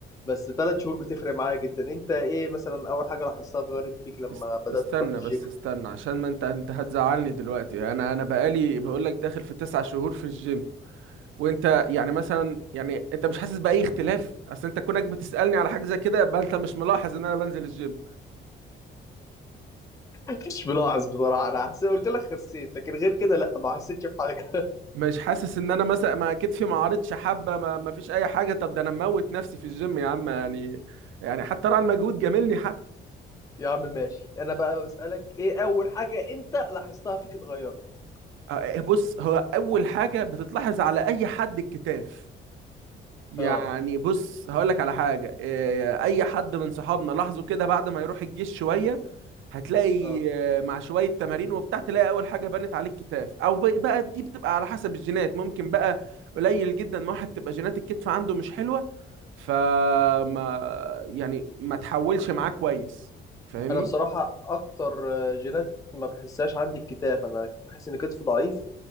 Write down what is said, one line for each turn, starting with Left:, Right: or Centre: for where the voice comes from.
Left: بس تلات شهور بتفرق معايا جدا انت ايه مثلا اول حاجة لاحظتها اتغيرت فيك لما
Right: است...
Left: بدأت
Right: استنى
Left: تروح الجيم
Right: بس استنى عشان ما انت انت هتزعلني دلوقتي انا انا بقالي بقول لك داخل في تسع شهور في الجيم وانت يعني مثلا يعني انت مش حاسس باي اختلاف اصل انت كونك بتسألني على حاجة زي كده يبقى انت مش ملاحظ ان انا بنزل الجيم
Left: <laughs> مش ملاحظ بصراحة انا حسيت قلت لك خسيت لكن غير كده لا ما حسيتش بحاجة
Right: مش حاسس ان انا مثلا ما كتفي ما عارضش حبه ما, ما فيش اي حاجه طب ده انا مموت نفسي في الجيم يا عم يعني يعني حتى راعي المجهود جاملني حتى
Left: يا عم ماشي انا بقى بسألك ايه اول حاجة انت لاحظتها فيك اتغيرت
Right: آه، بص هو اول حاجه بتتلاحظ على اي حد الكتاف يعني
Left: اه
Right: بص هقول لك على حاجه آه، اي حد من صحابنا لاحظوا كده بعد ما يروح الجيش شويه هتلاقي
Left: اه
Right: آه، مع شوية تمارين وبتاع تلاقي أول حاجة بنت عليك كتاف أو ب- بقى دي بتبقى على حسب الجينات ممكن بقى قليل جدا ما واحد تبقى جينات الكتف عنده مش حلوة فما يعني ما تحولش معاه كويس فاهمني؟
Left: انا بصراحة اكتر آه، جينات ما بحسهاش عندي الكتاف انا بحس ان كتفي ضعيف